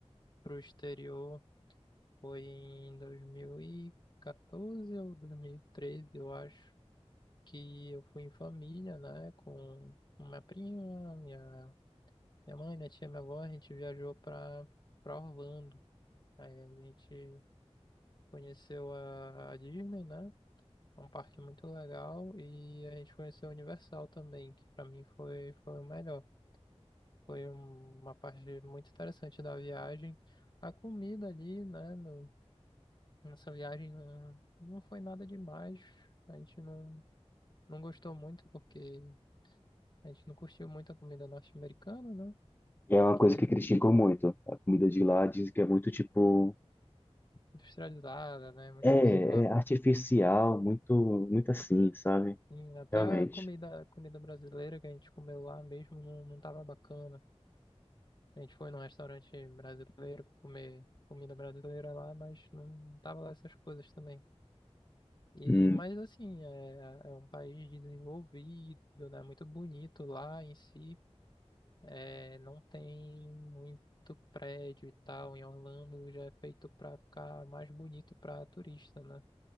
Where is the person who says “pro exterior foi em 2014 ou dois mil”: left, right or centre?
Left